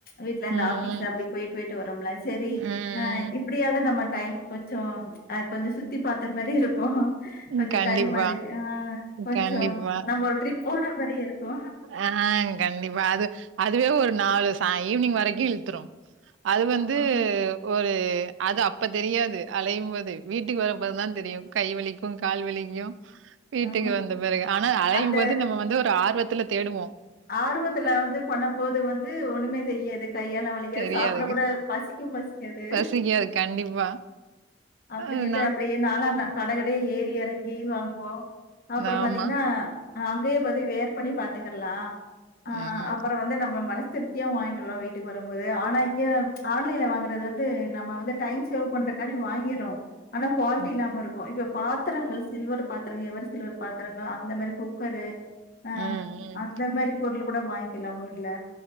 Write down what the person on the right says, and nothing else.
ம்,
ம்,
ம்,
ம்.
கண்டிப்பா,
கண்டிப்பா.
அ கண்டிப்பா அது அதுவே ஒரு நாலு சாய் ஈவ்னிங் வரைக்கு இழுத்ரு அது வந்து
ஒரு அது அப்ப தெரியாது அழையும்போது வீட்டுக்கு வரப்பதா தெரியு கைவலி கால்வலிக்கு வீட்டுக்கு
வந்த பெறகு ஆனா அலையும்போது
நம்ம வந்து ஒரு ஆர்வத்துல தேடுவோ
தெரியாதுங்க.
பசிக்காது கண்டிப்பா.
அதுனா
ஆமா.
ம்.
ம்,
ம்.